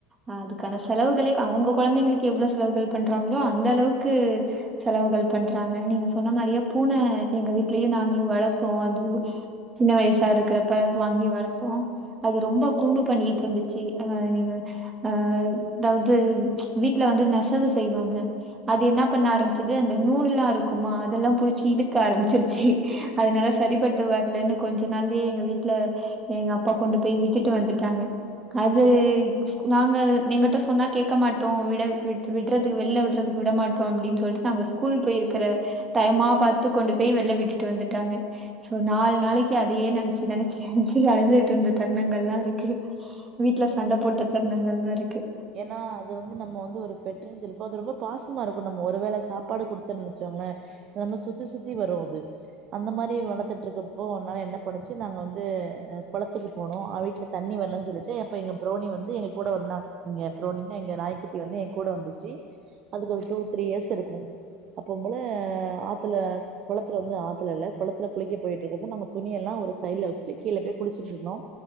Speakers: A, on the right; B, on the right.
A: அ அதுக்கான செலவுகளே க அவ்ங்க கொழந்தைங்களுக்கு எவ்ளோ செலவுகள் பண்றாங்களோ அந்த அளவுக்கு செலவுகள் பண்றாங்க நீங்க சொன்ன மாரியே பூன எங்க வீட்லயு நாங்களு வளத் த்தோ அது சின்ன வயசு தா இருக்குறப்ப வாங்கி வளத்தோ அது ரொம்ப குரும்பு பண்ணிட்ருந்துச்சு அ நீங்க அ அதாவ்து வீட்ல வந்து நெசவு செய்வாங்க அது என்னா பண்ண ஆரம்மிச்சது அந்த நூல்லா இருக்குமா அதெல்லா புடிச்சு இழுக்க ஆரம்மிச்சிருச்சு அதனால சரிபட்டு வர்லனு இதுனாலே எங்க வீட்ல எங்க அப்பா கொண்டு போய் விட்டுட்டு வந்துட்டாங்க அது நாங்கள் எங்கட்ட சொன்னா கேக்க மாட்டோ விட விட் விட்றதுக்கு வெளில விடுறதுக்கு விட மாட்டோ அப்டின் சொல்லிட்டு நாங்க ஸ்கூல் போயிருக்குற டைமா பாத்து கொண்டு போய் வெளில விட்டுட்டு வந்துட்டாங்க சோ நாலு நாளைக்கு அதையே நெனச்சு நெனச்சு நெனச்சு அழுதுகிட்ருந்த தருணங்கலா இருக்கு வீட்ல சண்ட போட்ட தருணங்கள்லா இருக்கு
B: ஏனா அது வந்து நம்ம வந்து ஒரு பெட்டு செல்லிப்போ அது ரொம்ப பாசமா இருக்கு நம்ம ஒரு வேள சாப்பாடு குடுத்தன் வச்சோங்களே நம்ம சுத்தி சுத்தி வரு அது அந்த மாரி வளத்துட்ருக்கப்போ ஒரு நாள் என்ன பண்ணுச்சு நாங்க வந்து அ குளத்துக்கு போனோ ஆ வீட்ல தண்ணி வர்லன் சொல்லிட்டு அப்ப எங்க ப்ரௌனி வந்து எங்க கூட வந்தா எங்க ப்ரௌனினா எங்க நாய்க்குட்டி வந்து எ கூட வந்துச்சு அதுக்கு ஒரு டூ த்ரீ இயர்ஸ் இருக்கு அப்பம் போல ஆத்துல கொளத்துல வந்து ஆத்துல இல்ல கொளத்துல குளிக்க போயிட்ருக்கப்போ நாங்க துணியெல்லா ஒரு சைட்ல வெச்சுட்டு கீழ போய் குளிச்சுட்ருந்தோ